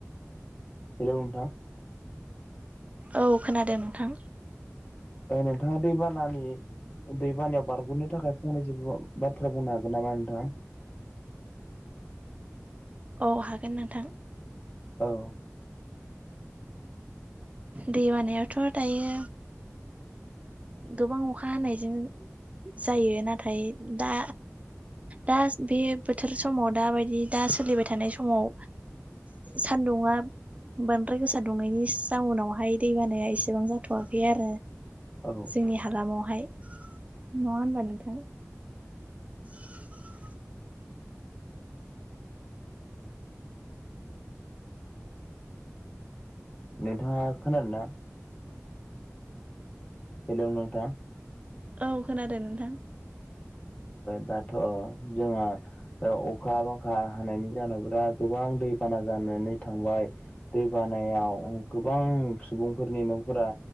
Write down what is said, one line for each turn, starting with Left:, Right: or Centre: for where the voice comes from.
Left: हेलौ नोंथां
Right: औ खोनादों नोंथां
Left: ओ नोंथाङा दैबानानि दैबानायाव बारग'नो थाखाय फंनैसो <unintelligible> बाथ्रा बुंनो हागोन नामा नोंथाङा
Right: औ हागोन नोंथां
Left: औ
Right: दै बानायाथ' दायो गोबां अखा हानायजों जायो नाथाय दा दा बे बोथोर समाव दाबायदि दा सोलिबाय थानाय समाव दङ बांद्राय गोसा दुंनायनि एसे टाउनावहाय दैबानाया एसेबां जाथ'वाखै आरो
Left: औ
Right: जोंनि हालामावहाय नङा होनबा नोंथां <inaudible>
Left: नोंथाङा खोनादोंना हेलौ नोंथां
Right: औ खोनादों नोंथां
Left: दाथ' जोंहा अखा बांखा हानायनि जाहोनाव बिराद गोबां गोबां दै बाना जानानै थांबाय दै बानायाव गोबां सुबुंफोरनि न'फोरा